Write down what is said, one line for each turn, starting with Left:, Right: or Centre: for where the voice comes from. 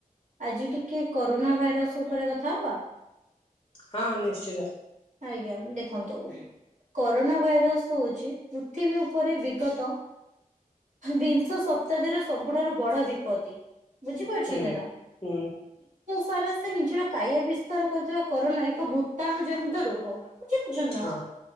Right: ଆଜି ଟିକେ କରୋନା ଭାଇରସ ଉପରେ କଥା ହବା।
Left: ହଁ ନିଶ୍ଚିତ।
Right: ଆଜ୍ଞା ଦେଖନ୍ତୁ। କରୋନା ଭାଇରସ ହଉଛି ପୃଥିବୀ ଉପରେ ବିଗତ ବିଂଶ ଶତାବ୍ଦୀର ସବୁଠାରୁ ବଡ ବିପତ୍ତି। ବୁଝିପାରୁଛଛନ୍ତି
Left: ହୁଁ
Right: ନା?
Left: ହୁଁ
Right: ସାରା ସେ ନିଜର କାୟା ବିସ୍ତାର କରୁଥିବା କରୋନା ଏକ ଭୂତାଣୁ ଜନିତ ରୋଗ। ବୁଝିପାରୁଛନ୍ତି ନା?
Left: ହଁ